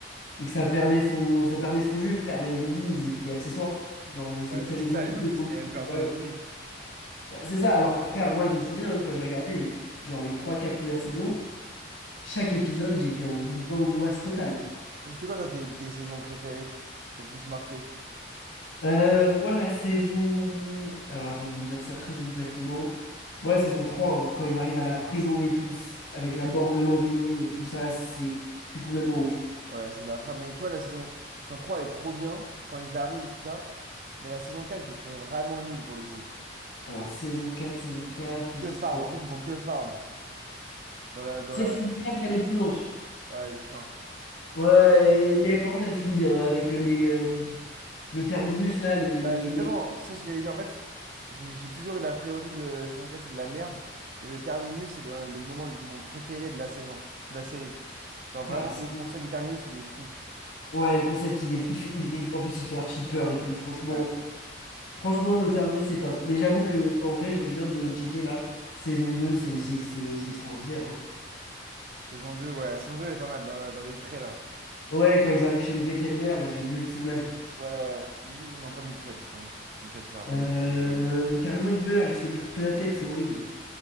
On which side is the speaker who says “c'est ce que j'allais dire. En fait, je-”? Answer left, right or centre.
Right